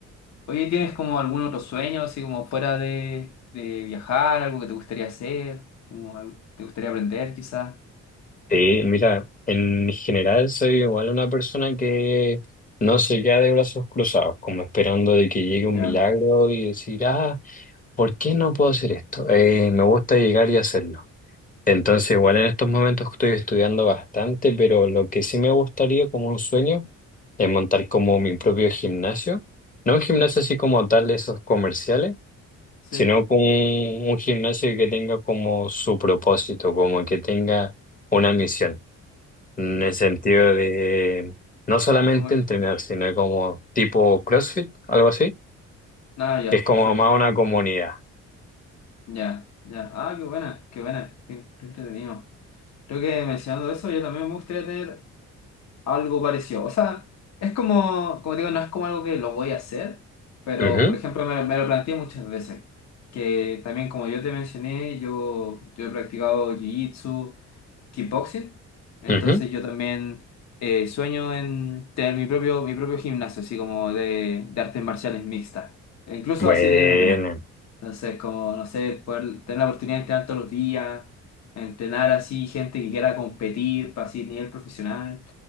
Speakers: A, on the left (about 60°); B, on the left (about 25°).
A: oye, ¿tienes como algún otro sueño, así como fuera de, de viajar, algo que te gustaría hacer, como algo que te gustaría aprender quizás?
B: Sí, mira, en general soy igual una persona que no se queda de brazos cruzados, como esperando de que llegue un
A: Ya,
B: milagro y decir, ah, ¿por qué no puedo hacer esto? Eh, me gusta llegar y hacerlo. Entonces, igual en estos momentos estoy estudiando bastante, pero lo que sí me gustaría como un sueño es montar como mi propio gimnasio. No un gimnasio así como tal de esos comerciales,
A: sí,
B: sino como un un gimnasio que tenga como su propósito, como que tenga una misión. En
A: ya.
B: el sentido de no solamente
A: ¿Cómo es?
B: entrenar, sino como tipo CrossFit, algo así,
A: Ah, ya,
B: que es como
A: perfecto.
B: más una comunidad.
A: Ya, ya. Ah, qué buena, qué buena, qué, qué entretenido. Creo que mencionando eso, yo también me gustaría tener algo parecido. O sea, es como, como te digo, no es como algo que lo voy a hacer, pero
B: Ujú,
A: por ejemplo, me, me lo planteé muchas veces. Que también, como yo te mencioné, yo, yo he practicado jiu-jitsu, kickboxing. Entonces
B: ujú.
A: yo también eh, sueño en tener mi propio, mi propio gimnasio, así como de, de artes marciales mixtas, e incluso
B: Bueno,
A: así de MMA. Entonces, como, no sé, poder tener la oportunidad de entrenar todos los días, entrenar así gente que quiera competir para así nivel profesional.